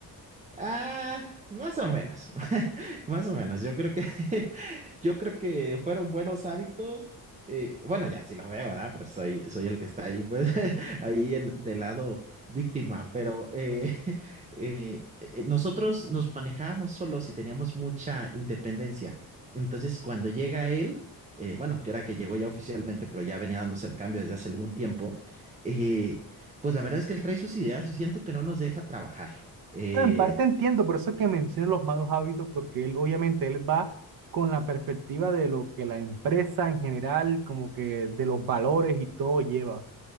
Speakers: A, on the right; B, on the right.
A: Ah, más o menos, <laughs> más o menos. Yo creo que, <laughs> yo creo que fueron buenos hábitos. eh, bueno, ya sí lo veo, ¿verdad? Pero soy, soy el que está ahí, pues, <laughs> ahí en, del lado víctima. Pero eh, <laughs> eh, eh, nosotros nos manejábamos solos y teníamos mucha independencia. Entonces, cuando llega él, eh, bueno, que era que llegó ya oficialmente, pero ya venía dándose el cambio desde hace algún tiempo. eh, pues la verdad es que él trae sus ideas y siento que no nos deja trabajar. Eh,
B: Bueno, En parte entiendo, por eso es que menciono los malos hábitos, porque él, obviamente, él va con la perspectiva de lo que la empresa en general, como que de los valores y todo lleva.